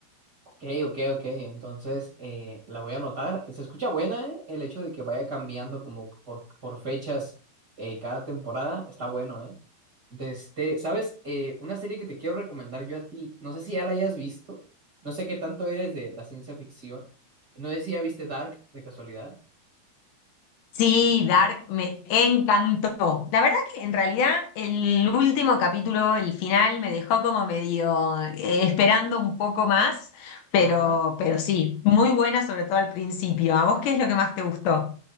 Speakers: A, on the right; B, on the left.
A: Ok, ok, ok. Entonces eh, la voy a anotar. Se escucha buena, ¿eh? El hecho de que vaya cambiando como por, por fechas eh, cada temporada. Está bueno, ¿eh? De este, ¿sabes? Eh, una serie que te quiero recomendar yo a ti. No sé si ya la hayas visto. No sé qué tanto eres de la ciencia ficción. No sé si ya viste Dark de casualidad.
B: Sí, Dark me encantó. La verdad que en realidad el último capítulo, el final, me dejó como medio eh, esperando un poco más, pero,
A: Ajá.
B: pero sí, muy buena sobre todo al principio. ¿A vos qué es lo que más te gustó?